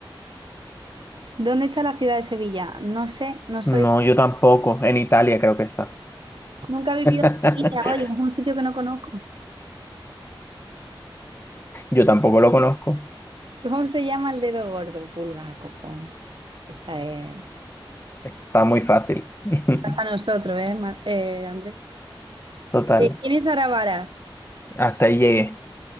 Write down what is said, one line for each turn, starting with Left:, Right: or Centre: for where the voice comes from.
Right: ¿Dónde está la ciudad de Sevilla? No sé, no soy.
Left: No, yo tampoco. En Italia creo que está.
Right: Nunca he vivido en
Left: <laughs>
Right: Sevilla, oye, es un sitio que no conozco.
Left: Yo tampoco lo conozco.
Right: <laughs> ¿Cómo se llama el dedo gordo? Pulgar, cojón. Esta es
Left: Está muy fácil. <laughs>
Right: Para nosotros, ¿eh, Mar- eh, Andrés?
Left: Total.
Right: Eh, ¿Quién es Sara Varas?
Left: Hasta ahí llegué.